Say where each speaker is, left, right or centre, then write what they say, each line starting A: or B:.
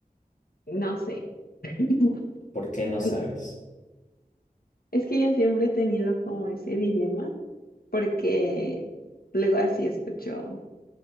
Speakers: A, on the left; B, on the left.
A: no sé. <laughs>
B: ¿Por qué no sabes?
A: Mm, Es que yo siempre he tenido como ese dilema porque luego así escucho.